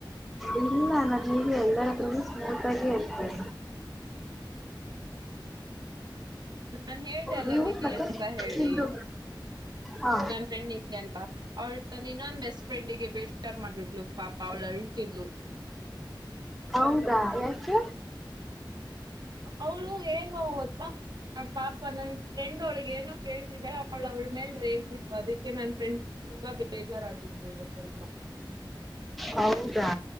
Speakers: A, in the centre; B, on the right.
A: ಇಲ್ಲ ನಾನಗೆ ಎಲ್ಲಾದ್ರೂ ಸ್ಮೂತ ಆಗೇ ಇರ್ತೇನೆ.
B: ನಾನ್ ಹೇಳ ಅಲ್ಲ
A: ನೀವು
B: ನಿಧಿ
A: ಮತ್ತೆ
B: ಅಂತ ಹೇಳಿ
A: ನಿಮ್ದು ಹಾ
B: ನನ್ನ ಫ್ರೆಂಡ್ ನಿಧಿ ಅಂತ ಅವಳ ನಾನ ಇನ್ನೊಂದ ಬೆಸ್ಟ್ ಫ್ರೆಂಡ್ಗೆ ಬೇಜಾರ್ ಮಾಡ್ಬಿಟ್ಲು ಪಾಪ ಅವ್ಳ ಅಲ್ತಿದ್ಲು.
A: ಹೌದಾ ಯಾಕೆ?
B: ಅವ್ಳು ಏನು ಗೊತ್ತಾ ಪಾಪ ನನ್ ಫ್ರೆಂಡ್ ಅವಳಿಗೆ ಏನೋ ಕೇಳ್ತಿದಾಳೆ ಅವಳ ಅವ್ಳ ಮೇಲ್ ರೇಗಿದ್ಲು ಅದಕ್ಕೆ ನನ್ ಫ್ರೆಂಡ್ ತುಂಬಾ ಬೇಜಾರಾಗಿದ್ರು ಇವತ್ತಲ್ಲ.
A: ಹೌದಾ